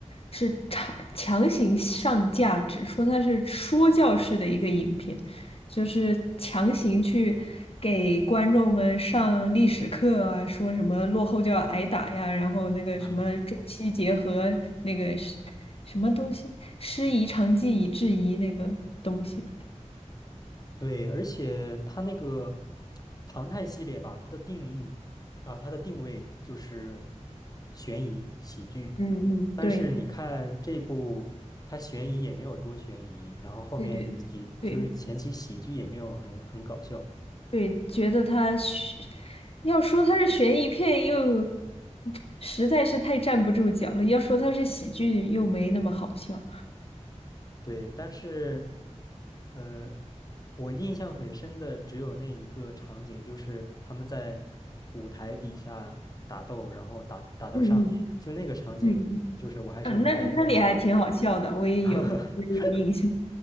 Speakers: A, on the left (about 50°); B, on the left (about 30°).
A: 是强强行上价值，说他是说教式的一个影片，就是强行去给观众们上历史课啊，说什么落后就要挨打呀，然后那个什么中西结合那个是什么东西，
B: <laughs>
A: 师夷长技以制夷那个东西。
B: 对，而且它那个唐探系列吧，它的定义啊、它的定位就是悬疑喜剧。
A: 嗯嗯，
B: 但是你嗯看这部，
A: 对
B: 它悬疑也没有多悬疑，然后后面喜就是前期喜剧也没有很很搞笑。
A: 对对对。对，觉得他悬，要说他是悬疑片，又实在是太站不住脚了；要说他是喜剧，又没那么好笑。
B: 对，但是呃，我印象很深的只有那一个场景，就是他们在舞台底下打斗，然后打打到上面，
A: 嗯嗯
B: 就那个场景，
A: 嗯，
B: 就是我还是很开心的笑的。
A: 嗯，那那里还挺好笑的，我也有我也有印象。
B: <laughs>